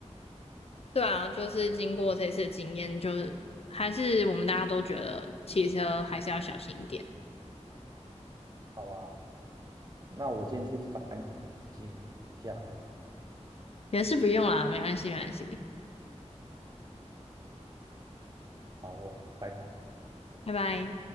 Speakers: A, on the left; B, on the right.
A: 对啊，就是经过这次的经验，就是还是我们大家都觉得骑车还是要小心一点，
B: 好啊，那我先去反省一下。
A: 也是不用啦，没关系，没关系，
B: 好哦，拜拜。
A: 拜拜。